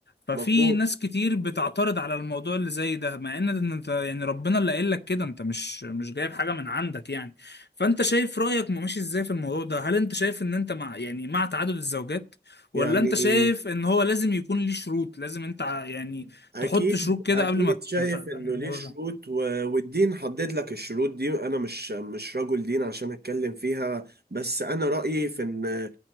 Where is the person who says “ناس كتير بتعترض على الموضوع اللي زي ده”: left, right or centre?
Left